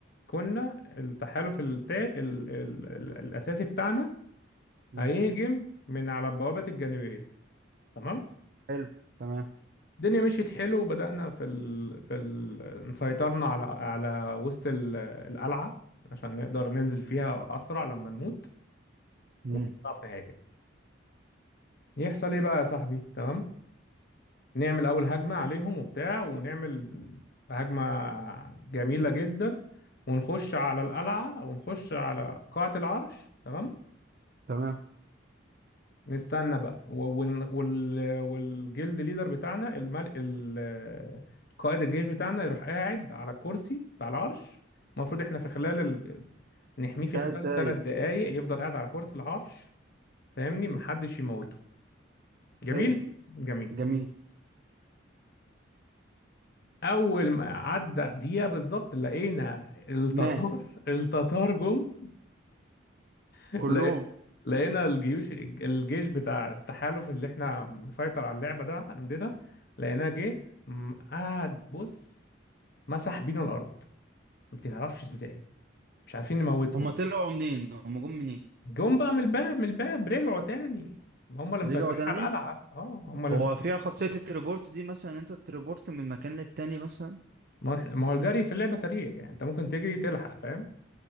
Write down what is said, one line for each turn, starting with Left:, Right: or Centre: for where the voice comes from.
Left: كنا التحالف التا... ال... ال... ال... الأساسي بتاعنا
Right: مم.
Left: هيهجم من على البوابة الجانبية تمام
Right: حلو تمام
Left: الدنيا مشيت حلو وبدأنا في ال... في ال... سيطرنا على على وسط ال... القلعة عشان نقدر ننزل فيها أسرع لما نموت
Right: مم.
Left: ونعرف نهاجم يحصل إيه بقى يا صاحبي تمام نعمل اول هجمه عليهم وبتاع ونعمل هجمه جميله جدا ونخش على القلعه ونخش على قاعه العرش تمام
Right: تمام
Left: نستنى بقى و- ون- وال... والجلد ليدر بتاعنا المل... ال... قائد الجيش بتاعنا يروح قاعد على الكرسي بتاع العرش المفروض احنا في خلال ال... نحميه في
Right: تلات
Left: خلال
Right: دقايق
Left: ثلاث دقائق يفضل قاعد على كرسي العرش فاهمني محدش يموته جميل
Right: حلو
Left: جميل
Right: جميل
Left: اول ما عدى دقيقه بالظبط لقينا التتار
Right: مات
Left: التتار جم لقي-
Right: كلهم
Left: لقينا الجيوش الجيش بتاع التحالف اللي احنا مسيطر على اللعبه ده عندنا لقيناه جه م- قعد بص مسح بينا الارض ما تعرفش ازاي مش عارفين نموتهم
Right: هما طلعوا منين هما جم منين
Left: جم بقى من الباب من الباب رجعوا تاني هم اللي مسيطرين
Right: رجعوا تاني
Left: على القلعه اه هم اللي
Right: هو
Left: مسيطرين
Right: فيها خاصية التليبورت دي مثلا إن انت تليبورت من مكان للتاني مثلا
Left: ما إحنا- ما هو الجري في اللعبه سريع يعني انت ممكن تجري تلحق فاهم